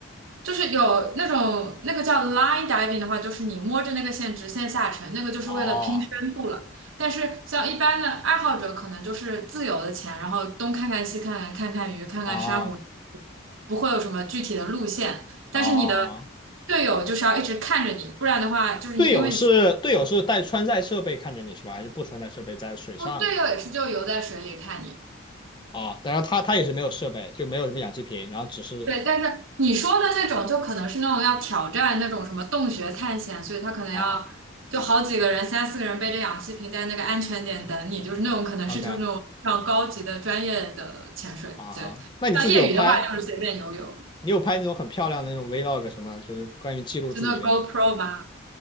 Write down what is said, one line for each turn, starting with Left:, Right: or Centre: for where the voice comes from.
Right: 就是有那种那个叫 line diving 的话，就是你摸着那个线直线下沉，那个就是为了拼深度了。
Left: 哦
Right: 但是像一般的爱好者，可能就是自由的潜，然后东看看西看看，看看鱼，看看珊瑚，
Left: 哦
Right: 不会有什么具体的路线。但是你的
Left: 哦，
Right: 队友就是要一直看着你，不然的话，就是你因为你
Left: 队友是队友是带穿戴设备看着你是吧？还是不穿戴设备在水上
Right: 哦，队友也是就游在水里看你。
Left: 啊？当然他他也是没有设备，就没有什么氧气瓶，然后只是
Right: 对，但是你说的那种，就可能是那种要挑战那种什么洞穴探险，所以他可能要就好几个人、
Left: 啊
Right: 三四个人背着氧气瓶在那个安全点等你，就是那种可能是就是那种非常高级的专业的潜水。
Left: ，OK 啊，
Right: 对，
Left: 那你自己有拍？
Right: 像业余的话就是随便游泳，
Left: 你有拍那种很漂亮的那种 vlog 什么？就是关于记录自己的，
Right: 就那个 GoPro 吗？